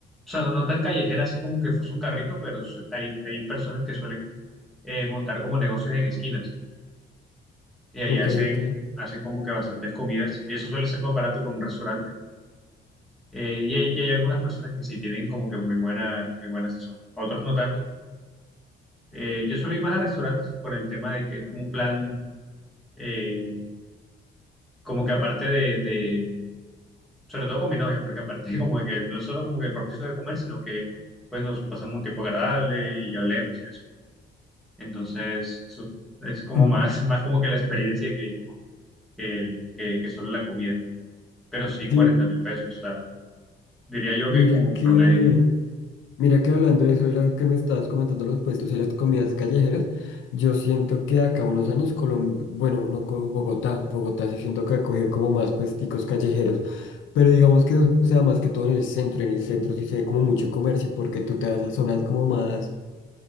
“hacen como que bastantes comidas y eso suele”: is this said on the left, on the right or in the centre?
Centre